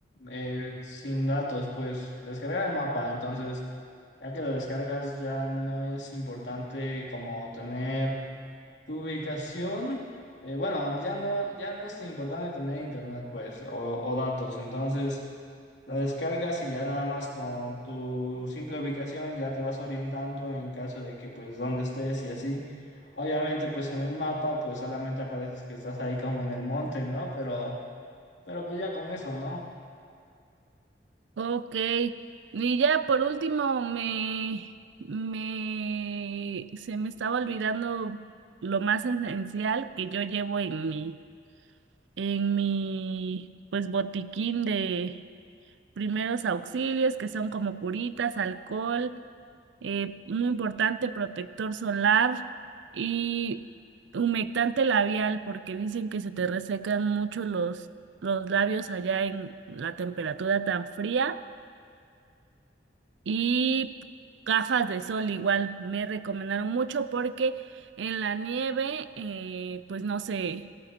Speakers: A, on the left (about 85°); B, on the right (about 80°).
A: eh, sin datos, pues descargar el mapa. Entonces, ya que lo descargas, ya no es importante como tener tu ubicación. Eh, bueno, ya no, ya no es importante tener internet, pues, o, o datos. Entonces La descargas y ya nada más con tu simple ubicación ya te vas orientando en caso de que pues dónde estés y así. Obviamente pues en el mapa pues solamente apareces que estás ahí como en el monte, ¿no? Pero, pero pues ya con eso, ¿no?
B: Ok, y ya por último me, me se me estaba olvidando lo más esencial que yo llevo en mi, en mi pues botiquín de primeros auxilios, que son como curitas, alcohol, eh, muy importante protector solar y humectante labial, porque dicen que se te resecan mucho los, los labios allá en la temperatura tan fría. Y gafas de sol igual me recomendaron mucho porque en la nieve, eh, pues no sé,